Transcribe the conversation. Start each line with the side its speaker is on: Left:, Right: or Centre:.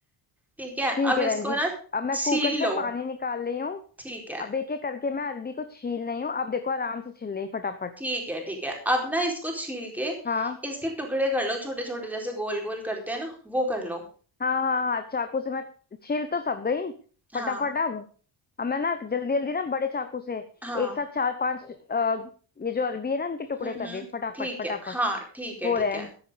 Centre: ठीक है
Left: ठीक
Centre: अब
Left: है
Centre: इसको
Left: बहन जी
Centre: ना
Left: अब मैं
Centre: छील
Left: कुकर से
Centre: लो
Left: पानी निकाल रही हूँ
Centre: ठीक है
Left: अब एक एक करके मैं अरबी को छील रही हूँ अब देखो आराम से छील रही हूँ फटाफट
Centre: ठीक है ठीक है अब ना इसको छील के
Left: हाँ
Centre: इसके टुकड़े कर लो छोटे छोटे जैसे गोल गोल करते हैं ना वो कर लो
Left: हाँ हाँ हाँ चाकू से मैं छील तो सब गई
Centre: हाँ
Left: फटाफट अब अब मैं ना जल्दी जल्दी ना बड़े चाकू से
Centre: हाँ
Left: एक साथ चार पांच अ, ये जो अरबी है ना इनके टुकड़े
Centre: हम्म
Left: कर
Centre: हम्म
Left: रही हूँ फटाफट
Centre: ठीक
Left: फटाफट
Centre: है हाँ ठीक है
Left: हो
Centre: ठीक
Left: रहे
Centre: है
Left: हैं